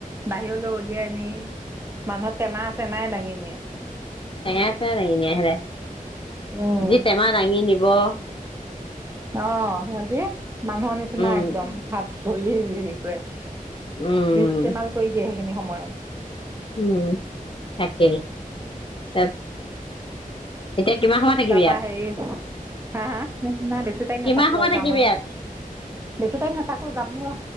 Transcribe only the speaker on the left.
টেমা চেমাই দাঙিনিয়ে সদায়
যি টেমা দাঙি বা
উম
উম
উম তাকেই তাত এতিয়া কিমান সময় থাকিবি
ইয়াত
কিমান
সময়
থাকিবি
ইয়াত